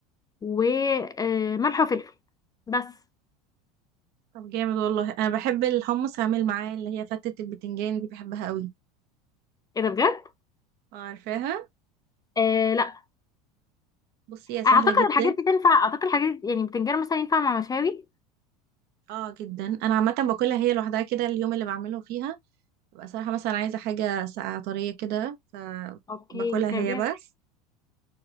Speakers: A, on the left; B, on the right.
A: وملح وفلفل بس
B: طب جامد والله انا بحب الحمص اعمل معاه اللي هي فتة البتنجان دي بحبها قوي
A: ايه ده بجد
B: اه عارفاها
A: آه لا
B: بصي هي سهلة
A: اعتقد
B: جدا
A: الحاجات دي تنفع اعتقد الحاجات يعني بتنجان مثلا ينفع مع مشاوي
B: اه جدا انا عامة باكلها هي لوحدها كده اليوم اللي بعمله فيها ببقى صراحة مثلا عايزة حاجة ساقعة طرية كده فباكلها
A: اوكي طب
B: هي
A: ليه
B: بس